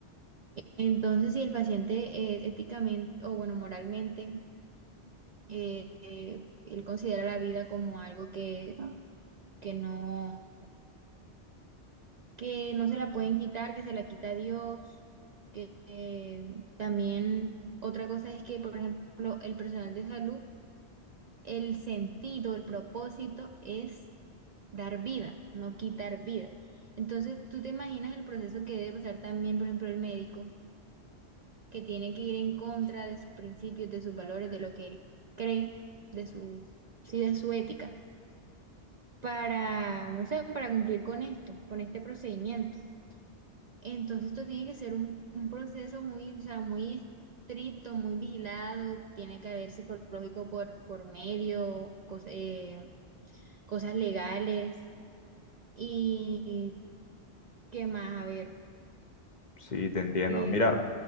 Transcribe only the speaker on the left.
Sí, te entiendo.
Mira,